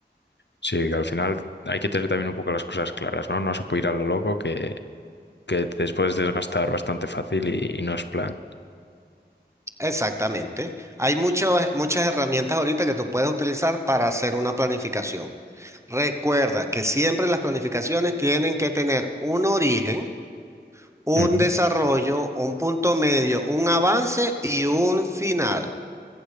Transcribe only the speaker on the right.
Exactamente. Hay muchas, muchas herramientas ahorita que tú puedes utilizar para hacer una planificación. Recuerda que siempre las planificaciones tienen que tener un origen, un
desarrollo, un punto medio, un avance y un final.